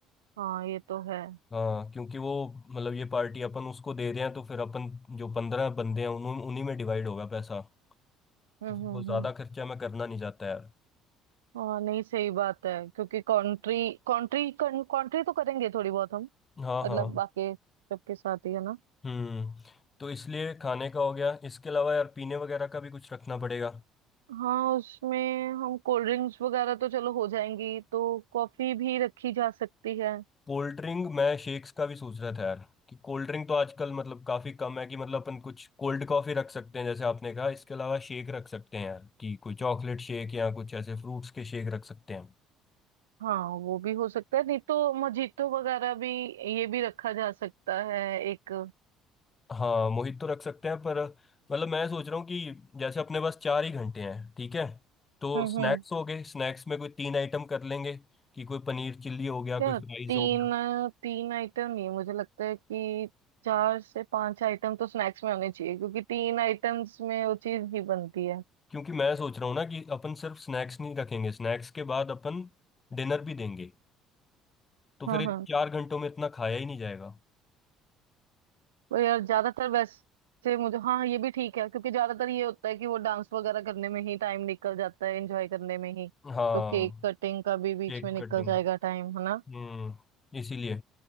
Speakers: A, on the right; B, on the left.
A: हाँ ये तो है
B: हाँ क्योंकि वो मतलब ये पार्टी अपन उसको दे रहे हैं तो फिर अपन जो पंद्रह बंदे हैं उन, उन्हीं में डिवाइड होगा पैसा
A: हम्म
B: तो फिर
A: हम्म
B: वो ज़्यादा
A: हम्म
B: खर्चा मैं करना नहीं चाहता यार
A: हाँ नहीं सही बात है क्योंकि कंट्री कंट्री कंट्री तो करेंगे थोड़ी बहुत हम
B: हाँ
A: मतलब
B: हाँ
A: बाकी सबके साथ ही है ना
B: हम्म तो इसलिए खाने का हो गया इसके अलावा यार पीने वगैरह का भी कुछ रखना पड़ेगा
A: हाँ उसमें हम कोल्ड ड्रिंक्स वगैरह तो चलो हो जाएंगी तो कॉफी भी रखी जा सकती है
B: कोल्ड ड्रिंक मैं शेक्स का भी सोच रहा था यार कि कोल्ड ड्रिंक तो आजकल मतलब काफी कम है कि मतलब अपन कुछ कोल्ड कॉफी रख सकते हैं जैसे आपने कहा इसके अलावा शेक रख सकते हैं यार कि कोई चॉकलेट शेक या कुछ ऐसे फ्रूट्स के शेक रख सकते हैं
A: हाँ वो भी हो सकता है नहीं तो मजीतो वगैरह भी ये भी रखा जा सकता है एक
B: हाँ मोहित तो रख सकते हैं पर मतलब मैं सोच रहा हूँ कि जैसे अपने पास चार ही घंटे हैं ठीक है तो
A: हम्म
B: स्नैक्स
A: हम्म
B: हो गए स्नैक्स में कोई तीन आइटम कर लेंगे कि कोई पनीर चिल्ली हो गया कोई
A: यार
B: फ्राइज
A: तीन
B: हो गया
A: तीन आइटम नहीं मुझे लगता है कि चार से पांच आइटम तो स्नैक्स में होने चाहिए क्योंकि तीन आइटम्स में वो चीज नहीं बनती है
B: क्योंकि मैं सोच रहा हूँ ना कि अपन सिर्फ स्नैक्स नहीं रखेंगे स्नैक्स के बाद अपन डिनर भी देंगे तो फिर
A: हाँ
B: एक
A: हाँ
B: चार घंटों में इतना खाया ही नहीं जाएगा
A: पर यार ज्यादातर वैसे मुझे हाँ ये भी ठीक है क्योंकि ज्यादातर ये होता है कि वो डांस वगैरह करने में ही टाइम निकल जाता है एंजॉय करने में ही
B: हाँ
A: तो केक कटिंग का भी बीच
B: केक
A: में निकल
B: कटिंग
A: जाएगा टाइम है ना
B: हम्म इसीलिए